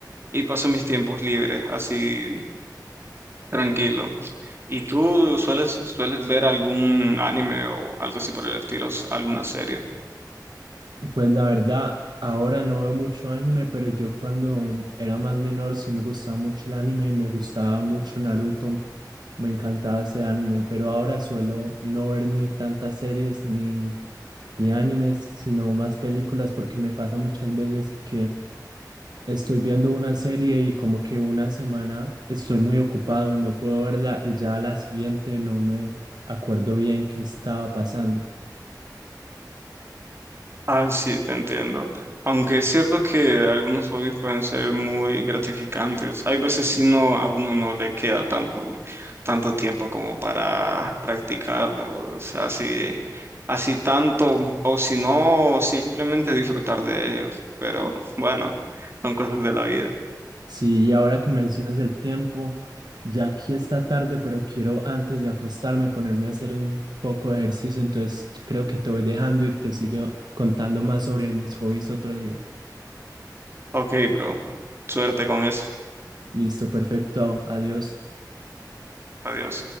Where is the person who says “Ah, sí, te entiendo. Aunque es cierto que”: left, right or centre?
Right